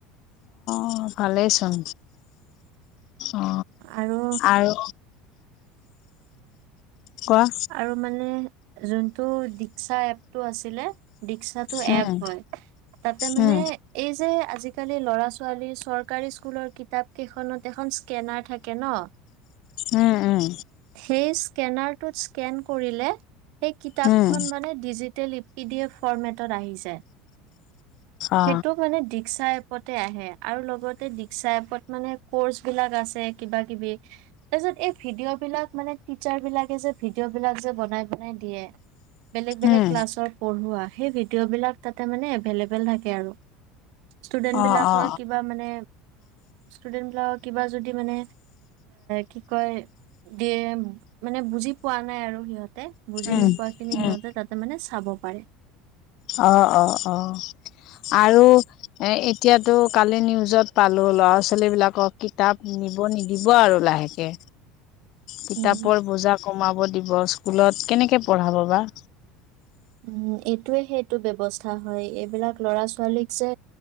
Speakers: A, on the left; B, on the right.
A: অ কালেইচোন অ
B: আৰু
A: আৰু কোৱা
B: আৰু মানে যোনটো দী্স্কা এপটো আছিলে দিক্সাটো
A: উম
B: এপ হয় তাতে মানে
A: উম
B: এই যে আজিকালি ল'ৰা ছোৱালীৰ চৰকাৰী স্কুলৰ কিতাপ কেইখনত এখন স্কেনাৰ থাকে ন
A: উম উম
B: সেই স্কেনাৰটোত স্কেন কৰিলে সেই কিতাপখন
A: উম
B: মানে digital E P D F ফৰৰ্মেটত আহি যায়
A: অ
B: সেইটো মানে দি দিকসা এপতে আহে আৰু লগতে দী্ক্ষা এপত মানে কৰ্চ বিলাক আছে কিবা কিবি তাৰ পিছত এই ভিডিঅ'। এইবিলাক মানে টিচাৰ বিলাকে যে ভিডিঅ'বিলাক যে বনাই বনাই দিয়ে, বেলেগ বেলেগ
A: উম
B: ক্লাছত পঢ়োৱা সেই ভিডিঅ'বিলাক তাতে মানে এভেইলেবল থাকে আৰু ষ্টুডেন্ট
A: অ
B: বিলাকৰ
A: অ অ
B: কিবা মানে ষ্টুডেন্ট বিলাকৰ কিবা যদি মানে কি কয় দিয় মানে বুজি পোৱা নাই আৰু সিহঁতে বুজি
A: উম
B: নোপোৱাখিনি
A: উম
B: সিহঁতে তাতে মানে চাব পাৰে।
A: অ অ অ আৰু এ এতিয়াতো কালি নিউজত পালো ল'ৰা ছোৱালী বিলাকক কিতাপ নিব নিদিব আৰু লাহেকে। কিতাপৰ
B: উম
A: বোজা। কমাব দিব স্কুলত কেনেকৈ পঢ়াব বা।
B: উম এইটোৱে সেইটো ব্য্ৱস্থা হয় এইবিলাক লৰা ছোৱালীক যে